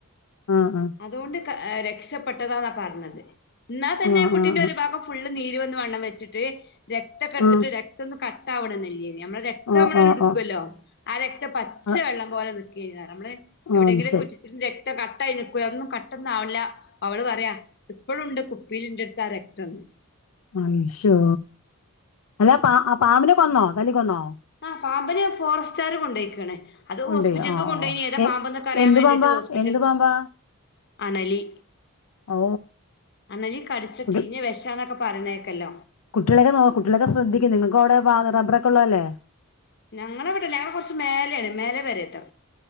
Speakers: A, on the left; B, on the left.
A: ആഹ് ആഹ്
B: അതുകൊണ്ട് ര രക്ഷപ്പെട്ടതാന്നാ പറഞ്ഞത് എന്നാൽ തന്നെ
A: ആഹ്
B: കുട്ടിന്റെ
A: ആഹ് ആഹ് ആഹ്
B: ഒരു ഭാഗം ഫുള്ള് നീര് വന്ന് വണ്ണം വെച്ചിട്ട് രക്തൊക്കെ എടുത്തിട്ട്
A: ആഹ്
B: രക്തം ഒന്ന് കട്ട് ആവണം നല്ലേന് മ്മള രക്തം
A: ആഹ്
B: നമ്മള
A: ആഹ്
B: ഒരു
A: ആഹ്
B: ഉടുക്കുവല്ലോ ആ രക്ത പച്ചവെള്ളം
A: ആ
B: പോലെ നൽക്കുകഴ നമ്മള്
A: ആ
B: എവിടെയെങ്കിലും
A: അത് ശരി
B: <unintelligible> കട്ടായി നക്കൂ ഒന്നും കട്ടൊന്നാവില്ല അവള് പറയാ ഇപ്പഴുണ്ട് കുപ്പിയിലിണ്ട് കറക്ടർന്ന്
A: അയിശ്ശോ, അല്ല പാ ആ പാമ്പിനെ കൊന്നോ തല്ലി കൊന്നോ?
B: ആ പാമ്പിനെ ഫോറസ്റ്റ്കാര് കൊണ്ടേയ്ക്കാണ്. അത്
A: കൊണ്ടോയി
B: ഹോസ്പിറ്റൽക്ക്
A: ഓ
B: കൊണ്ടോയിനി,
A: ഓ
B: ഏതാ
A: എ
B: പാമ്പ്ന്നൊക്കെ അറിയാൻ
A: എന്ത്
B: വേണ്ടീട്ട്
A: പാമ്പാ
B: ഹോസ്പിറ്റൽ
A: എന്ത് പാമ്പാ
B: അണലി
A: ഓ
B: അണലി കടിച്ച
A: കുട്ടി
B: ചീഞ്ഞ വിശന്നൊക്കെ പറഞ്ഞേക്കല്ലോ
A: കുട്ടികളൊക്കെ നോ കുട്ടികളൊക്കെ ശ്രദ്ധിക്കും നിങ്ങൾക്കടെ റബറ ഒള്ളതല്ലേ
B: ഞങ്ങളെവിടെല്ല ഞങ്ങൾ കുറച്ച് മേലെയാണ് മേലെ പെരേത്തെ